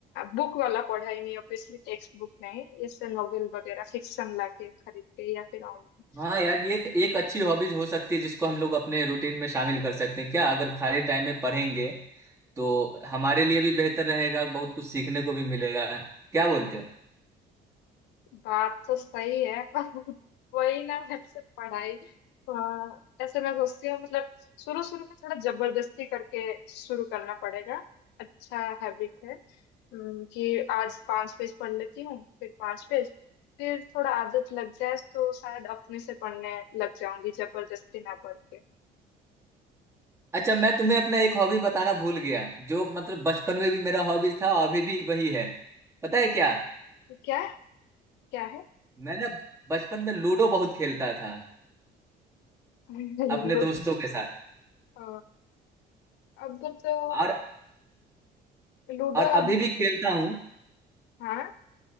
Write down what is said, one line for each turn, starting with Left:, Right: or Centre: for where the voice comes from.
Left: बुक वाला पढ़ाई नहीं ऑब्वियसली टेक्स्ट बुक नहीं इससे नॉवेल वगैरह फिक्शन लाके खरीद के या फिर ऑनलाइन
Right: हाँ यार ये एक अच्छी हॉबीज हो सकती है जिसको हम लोग अपने रूटीन में शामिल कर सकते हैं क्या अगर खाली टाइम में पढ़ेंगे तो हमारे लिए भी बेहतर रहेगा बहुत कुछ सीखने को भी मिलेगा क्या बोलते हो
Left: बात तो सही है पर <laughs> वही ना वैसे पढ़ाई अ, ऐसे मैं सोचती हूँ मतलब शुरू शुरू में थोड़ा जबरदस्ती करके शुरू करना पड़ेगा अच्छा हैबिट है अम, कि आज पांच पेज पढ़ लेती हूँ फिर पांच पेज फिर थोड़ा आदत लग जाए तो शायद अपने से पढ़ने लग जाऊंगी जबरदस्ती ना पढ़ के
Right: अच्छा मैं तुम्हें अपना एक हॉबी बताना भूल गया जो मतलब बचपन में भी मेरा हॉबी था और अभी भी वही है पता है क्या
Left: क्या क्या है
Right: मैं ना बचपन में लूडो बहुत खेलता था
Left: <laughs>
Right: अपने
Left: लूडो
Right: दोस्तों के साथ
Left: अ, अब तो
Right: और
Left: लूडो
Right: और अभी
Left: अभी
Right: भी खेलता हूँ
Left: हाँ